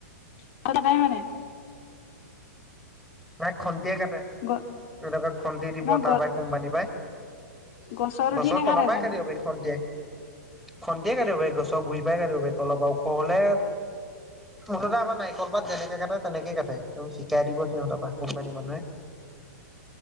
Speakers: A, on the left; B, in the centre.
A: <unintelligible> হয় নে?
B: নাই খন্তিয়ে কাটে,
A: গ
B: এইবিলাকত খন্তি দিব
A: ন
B: তাৰ
A: গ
B: পাই কোম্পানী পাই।
A: গছত উঠি
B: গছৰ
A: নাকাটে
B: তলৰ পৰাই
A: জানো?
B: কাটিব পাৰি। খন্তিয়ে। খন্তিয়ে কাটিব পাৰি, গছৰ গুৰি পাই কাটিব পাৰি তলৰপৰা ওখ হ'লে মুঠতে আমাৰ নাৰিকল পাত যেনেকে কাটে তেনেকেই কাটে, সেইবোৰ শিকাই দিব সিহঁতৰ পৰা কোম্পানীৰ মানুহে।